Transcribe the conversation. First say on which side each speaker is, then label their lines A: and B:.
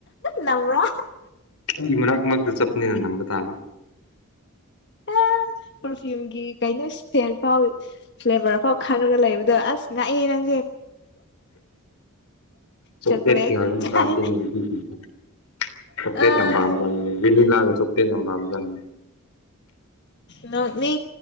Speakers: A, on the left; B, on the left.
A: ꯅꯝꯕ꯭ꯔꯥ
B: ꯑꯩꯒꯤ ꯃꯅꯥꯛ ꯃꯛꯗ ꯆꯠꯄꯅꯤꯅ ꯅꯝꯕ ꯇꯥꯕ
A: ꯑ ꯄ꯭ꯔꯐ꯭ꯌꯨꯝꯒꯤ ꯀꯩꯅꯣ ꯁ꯭ꯇꯦꯟ ꯐꯥꯎ ꯐ꯭ꯂꯦꯕ꯭ꯔꯐꯥꯎ ꯈꯪꯉꯒ ꯂꯩꯕꯗꯣ ꯑꯁ ꯉꯛꯏꯍꯦ ꯅꯪꯁꯦ
B: ꯆꯣꯀ꯭ꯂꯦꯠꯀꯤ
A: ꯆꯣꯀ꯭ꯂꯦꯠ
B: ꯉꯥꯛꯇ
A: ꯀꯥꯏꯅ
B: ꯕ‌꯭ꯔꯥꯟꯁꯅꯤꯗ ꯅꯨꯄꯤꯁꯤꯡꯁꯤ ꯆꯣꯀ꯭ꯂꯦꯠꯀꯤ
A: ꯑꯥ
B: ꯌꯥꯝ ꯄꯥꯝꯒꯜꯂꯦ ꯚꯦꯅꯤꯜꯂꯥꯒ ꯆꯣꯀ꯭ꯂꯦꯠ ꯌꯥꯝ ꯄꯥꯝꯕꯖꯥꯠꯅꯤ
A: ꯅ ꯅꯦ